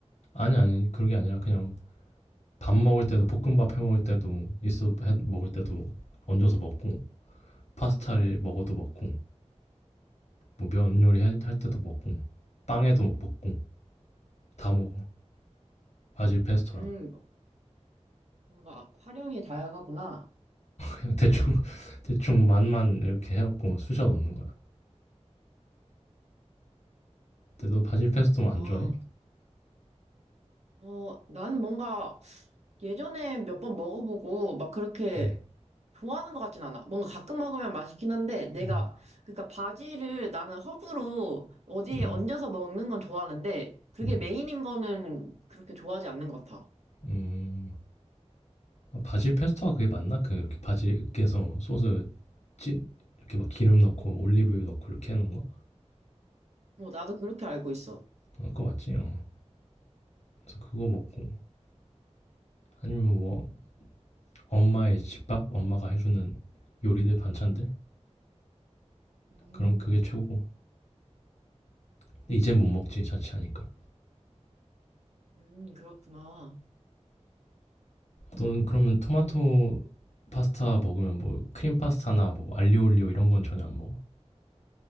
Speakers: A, on the left; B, on the right.
A: 아니 아니 그런 게 아니라 그냥 밥 먹을 때도 볶음밥 해 먹을 때도 있어 해 먹을 때도 얹어서 먹고 파스타를 먹어도 먹고 뭐 면 요리 할, 할 때도 먹고 빵에도 막 먹고 다 먹어. 바질 페스토랑
B: 음, 뭔가 활용이 다양하구나.
A: 그냥 대충 <laughs> 대충 맛만 이렇게 해갖고 쑤셔 넣는 거야. 근데 너 바질 페스토
B: 아,
A: 안 좋아해?
B: 어, 나는 뭔가 예전에 몇 번 먹어보고 막 그렇게
A: 음,
B: 좋아하는 것 같진 않아. 뭔가 가끔 먹으면 맛있긴 한데 내가
A: 음,
B: 그러니까 바지를 나는 허브로 어디에
A: 음,
B: 얹어서 먹는 건 좋아하는데 그게
A: 음,
B: 메인인 거는 그렇게 좋아하지 않는 것 같아.
A: 음. 아, 바질 페스토가 그게 맞나? 그 이렇게 바질 으깨서 소스 찐 이렇게 막 기름 넣고 올리브유 넣고 이렇게 하는 거
B: 어, 나도 그렇게 알고 있어.
A: 어, 그거 맞지 어. 그래서 그거 먹고 아니면 뭐 엄마의 집밥 엄마가 해주는 요리들 반찬들
B: 음,
A: 그럼 그게 최고고 근데 이젠 못 먹지 자취하니까
B: 음, 그렇구나.
A: 너는 그러면 토마토 파스타 먹으면 뭐 크림 파스타나 뭐 알리올리오 이런 건 전혀 안 먹어